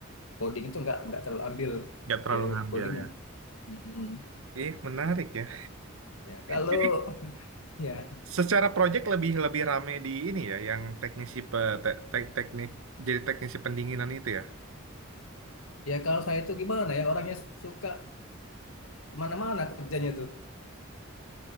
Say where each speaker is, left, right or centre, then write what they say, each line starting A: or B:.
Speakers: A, on the left; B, on the right.
A: coding itu nggak nggak terlalu ambil
B: nggak terlalu
A: ke
B: ngambil
A: codingnya.
B: ya.
A: Mm-mm.
B: Ih, menarik ya. <laughs>
A: Ya, kalau
B: Jadi
A: ya
B: secara project lebih lebih rame di ini ya, yang teknisi pe, te- te- teknik jadi teknisi pendinginan itu ya.
A: Ya kalau saya itu gimana ya orangnya suka kemana-mana kerjanya tuh.